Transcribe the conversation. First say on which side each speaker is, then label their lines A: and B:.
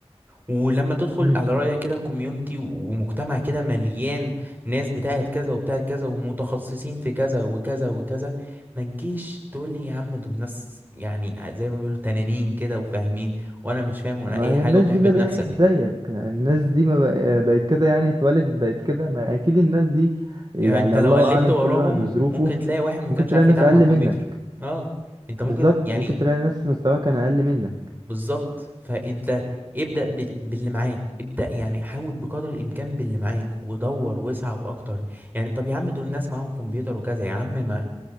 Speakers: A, on the right (about 15°); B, on the right (about 40°).
A: ولما تدخل
B: امم
A: على رأيك كده كوميونتي ومجتمع كده مليان ناس بتاعت كذا وبتاعت كذا ومتخصصين في كذا وكذا وكذا ما تجيش تقول لي يا عم دول ناس يعني زي ما بيقولوا تنانين كده وفاهمين وانا مش فاهم وانا
B: ما
A: اي
B: هي
A: حاجة
B: الناس
A: وتحبط
B: دي بدأت
A: نفسك
B: زيك الناس دي ما بق- بقت كده يعني اتولدت بقت كده ما اكيد الناس دي يعني
A: يعني انت لو
B: الله
A: قلبت
B: اعلم
A: وراهم
B: كل واحد وظروفه
A: ممكن تلاقي واحد ما كانش
B: ممكن تلاقي
A: عارف
B: ناس
A: يتعامل
B: اقل
A: مع الكمبيوتر
B: منك
A: اه انت ممكن
B: بالظبط
A: يعني
B: ممكن تلاقي ناس مستواها كان اقل منك
A: بالظبط فانت ابدأ بال- باللي معاك ابدأ يعني حاول بقدر الامكان باللي معاك ودور وسع واكتر يعني طب يا عم دول الناس معاهم كمبيوتر وكذا يا عم ما